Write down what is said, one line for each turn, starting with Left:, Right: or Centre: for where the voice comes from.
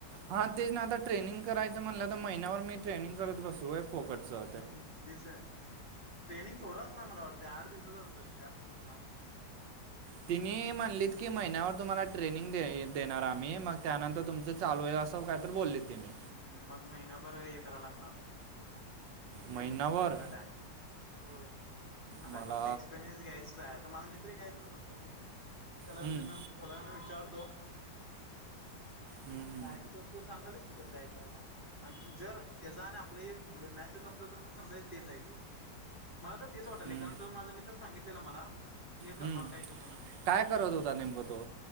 Right: हां तेचं ना आता ट्रेनिंग करायचं म्हणलं तरं महिन्यावर मीं ट्रेनिंग करतं बसूं व्हय फोकटचा
Left: हम्मं तेचं आहे ट्रेनिंग थोडं असणारं मला वाटतं आंठ दिवसाचं असेल जास्तं नसणार.
Right: तिनी म्हणलीत की महिन्यावर तुम्हांला ट्रेनिंग देणारं आम्हीं मगं त्यानंतर तुमचं चालूं आहे असो कां. तरं बोलले तेनी
Left: हम्मं मगं महिनाभर हे करायला लागणारं. ट्रेनिंग
Right: महिनाभर
Left: चांगलं टायम होय आता
Right: मला
Left: फक्तं एक्सपिरियन्स घ्यायचं आहे. माझा मितत्री कायं तुला म्हंटलं ते त्याला
Right: हम्म,
Left: थोडा वेळाने विचारतो.
Right: हम्मं हमं.
Left: कायं त तरं तो सांगालच की कसं आहे कां हाय आणि जरं त्याचा आणि आपलं हे मॅच होतं असलं तर मगं समजा तेचं आहे ते मला तरं तेचं वाटलय
Right: हम्म,
Left: कारणं तुम्हीं माझा मित्रं सांगितलेला मला कि हे करणारं
Right: हम्म.
Left: कायं तूं म्हणूंन
Right: काय करत होता नेमकं तो